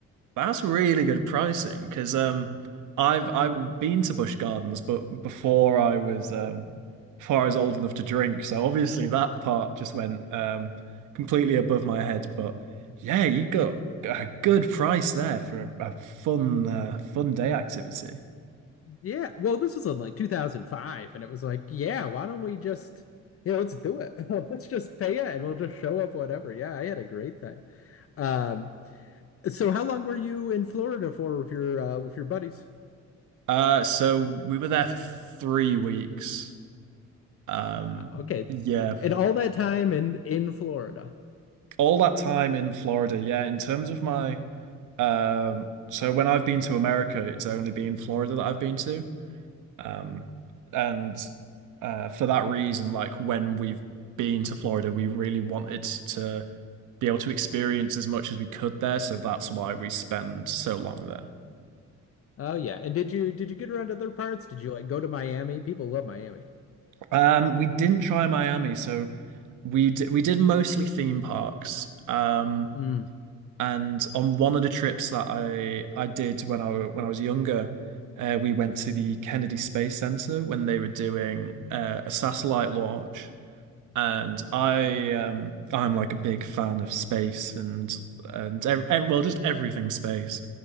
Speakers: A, on the right; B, on the left.
A: That's really good pricing because um I've I've been to Busch Gardens but before I was um before I was old enough to drink so obviously that part just went um completely above my head but yeah you got a good price there for a, a fun uh, fun day activity.
B: Yeah, well, this was in like 2005, and it was like, yeah, why don't we just you know let's do it? <laughs> Let's just pay it, and we'll just show up whatever. Yeah, I had a great time. Um, so how long were you in Florida for with your uh, with your buddies?
A: Uh so we were there for three weeks. Um
B: Oh wow. Okay.
A: yeah
B: And all that time in in Florida.
A: all that time in Florida yeah in terms of my Um, so when I've been to America, it's only been Florida that I've been to. Um, and uh, for that reason, like when we've been to Florida, we really wanted to be able to experience as much as we could there. So that's why we spend so long there.
B: Oh yeah. And did you did you get around to other parts? Did you like go to Miami? People love Miami.
A: Um, we didn't try Miami, so we d we did mostly theme parks. Um,
B: Mm.
A: And on one of the trips that I I did when I when I was younger, uh, we went to the Kennedy Space Center when they were doing uh, a satellite launch. And I um I'm like a big fan of space and and ev ev- well just everything space.